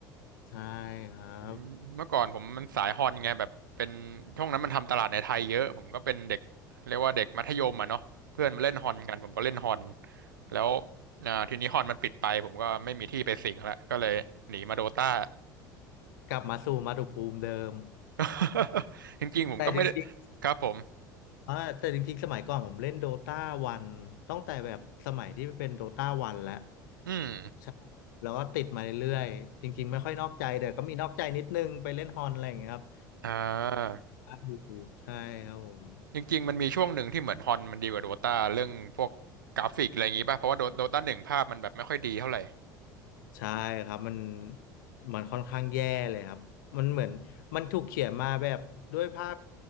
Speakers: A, on the left; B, on the right.
A: ใช่ครับ
B: อืมเมื่อก่อนผมมันสายฮอนไงแบบเป็นช่วงนั้นมันทำตลาดในไทยเยอะผมก็เป็นเด็กเรียกว่าเด็กมัธยมอ่ะเนาะเพื่อนมาเล่นฮอนกันผมก็เล่นฮอนแล้วอ่าทีนี้ฮอนมันปิดไปผมก็ไม่มีที่ไปสิงแล้วก็เลยหนีมาโดตา
A: กลับมาสู่มาตุภูมิเดิม
B: <laughs> จริงๆผมก็ไม่ได้
A: แต่จริง
B: ครับผม
A: อ่าแต่จริงๆสมัยก่อนผมเล่นโดตาวันตั้งแต่แบบสมัยที่เป็นโดตาวันแล้ว
B: อืม
A: ใช่แล้วก็ติดมาเรื่อยๆจริงๆไม่ค่อยนอกใจแต่ก็มีนอกใจนิดนึงไปเล่นฮอนอะไรอย่างเงี้ยครับ
B: อ่า
A: อ่าอยู่ใช่ครับผม
B: จริงๆมันมีช่วงหนึ่งที่เหมือนฮอนมันดีกว่าโดตาเรื่องพวกกราฟิกอะไรอย่างงี้ป่ะเพราะว่าโดตาหนึ่งภาพมันแบบไม่ค่อยดีเท่าไหร่
A: ใช่ครับมันมันค่อนข้างแย่เลยครับมันเหมือนมันถูกเขียนมาแบบด้วยภาพ